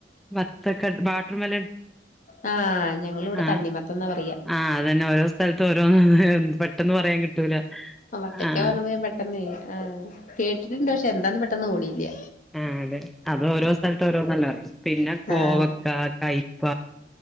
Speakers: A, in the centre; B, on the left.
A: വത്തക്ക, ബാട്ടർ മെലൺ.
B: ആ ഞങ്ങിവിടെ
A: ആഹ്
B: തണ്ണിമത്തന്നാ പറയാ
A: ആഹ്, അതന്നെ ഓരോ. സ് സ്ഥലത്ത് ഓരോന്ന് പെട്ടെന്ന് പറയാൻ കിട്ടൂല.
B: വത്തക്കാ
A: ആഹ്
B: പറഞ്ഞപ്പൊ ഞാൻ പെട്ടെന്ന് ആഹ്, കേട്ടിട്ടുണ്ട് പക്ഷെ എന്താന്ന് പെട്ടെന്ന് ഓടില്യ.
A: ആഹ്, അതെ, അത് ഓരോ സ്ഥലത്ത് ഓരോന്നല്ലെ പറയാ. പിന്നെ കോവക്ക,
B: ആഹ്
A: കയ്പ്പ.